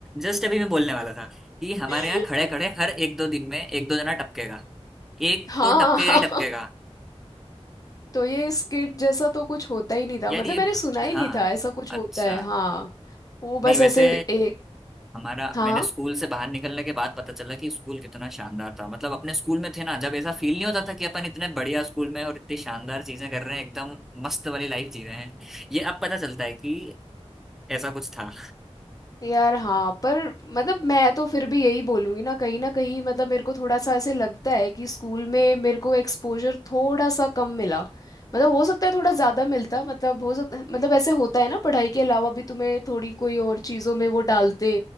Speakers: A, in the centre; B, on the left.
A: जस्ट अभी मैं बोलने वाला था कि हमारे
B: <laughs>
A: यहाँ खड़े खड़े हर एक दो दिन में एक दो जना टपकेगा एक
B: हाँ
A: तो टपकेगा
B: हाँ।
A: ही टपकेगा
B: तो ये स्किट जैसा तो कुछ होता ही नहीं था
A: यार
B: मतलब
A: ये
B: मैंने सुना ही
A: हाँ
B: नहीं था ऐसा कुछ
A: अच्छा
B: होता है हाँ वो बस
A: नहीं वैसे
B: ऐसे एक
A: हमारा
B: हाँ
A: मैंने स्कूल से बाहर निकलने के बाद पता चला कि स्कूल कितना शानदार था मतलब अपने स्कूल में थे ना जब ऐसा फील नहीं होता था कि अपन इतने बढ़िया स्कूल में और इतनी शानदार चीजें कर रहे हैं एकदम मस्त वाली लाइफ जी रहे हैं ये अब पता चलता है कि ऐसा कुछ था
B: यार हाँ पर मतलब मैं तो फिर भी यही बोलूँगी ना कहीं ना कहीं मतलब मेरे को थोड़ा सा ऐसे लगता है कि स्कूल में मेरे को एक्सपोजर थोड़ा सा कम मिला मतलब हो सकता है थोड़ा ज़्यादा मिलता मतलब हो सकता मतलब ऐसे होता है ना पढ़ाई के अलावा भी तुम्हें थोड़ी कोई और चीज़ों में वो डालते